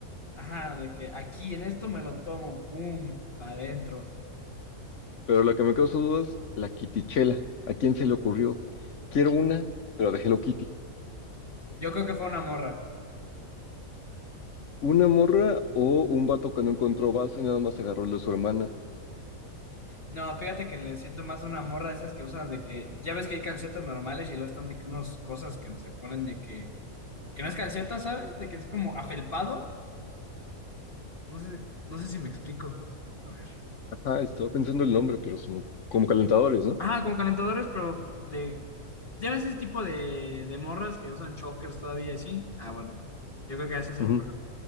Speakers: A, on the left; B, on the left.
A: Ajá, de que aquí en esto me lo tomo, pum, para adentro.
B: pero lo que me causa dudas es la Kitichela. ¿A quién se le ocurrió? Quiero una, pero de Hello Kitty.
A: Yo creo que fue una morra.
B: ¿Una morra o un vato que no encontró vaso y nada más agarró el de su hermana?
A: No, fíjate que le siento más a una morra de esas que usan de que, ya ves que hay calcetas normales y luego están de que unas cosas que se ponen de que, que no es calceta, ¿sabes? De que es como afelpado. No sé, no sé si me explico. A ver.
B: Ah, estaba pensando el nombre, pero son como calentadores, ¿no?
A: Ah, como calentadores, pero de, ya ves ese tipo de, de morras que usan chokers todavía así. Ah, bueno, yo creo que a esas se
B: Ujú.
A: le ocurre.